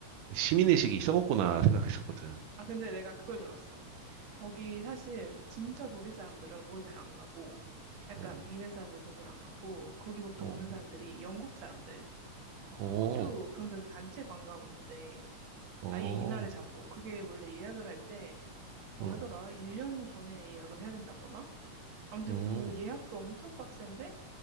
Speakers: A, on the right; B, on the right.
A: 시민의식이 썩었구나 생각했었거든.
B: 아, 근데 내가 그걸 들었어. 거기 사실 진짜 독일 사람들은 거기 잘 안 가고, 약간
A: 어,
B: 미는 사람들 거긴 안 가고, 거기 보통
A: 어,
B: 오는 사람들이 영국 사람들, 막
A: 어,
B: 호주 그런 데서 단체 관광 오는데,
A: 어,
B: 아예 이날을 잡고, 그게 원래 예약을 할 때, 뭐라더라?
A: 어,
B: 1년 전에 예약을 해야 된다거나? 아무튼
A: 어.
B: 그 예약도 엄청 빡센데,